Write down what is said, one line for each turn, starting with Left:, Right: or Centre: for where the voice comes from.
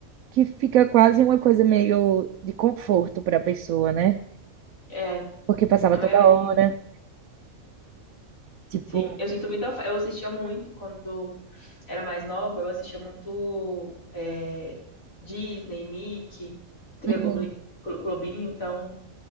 Right: que fica quase uma coisa meio de conforto para a pessoa, né?
Left: É,
Right: porque passava
Left: a maioria.
Right: toda hora, tipo,
Left: Sim. Eu sinto muita. fa- Eu assistia muito quando era mais nova, eu assistia muito é, Disney, Nick, Tria
Right: uhum,
Left: Globli- Glo- Globinho, então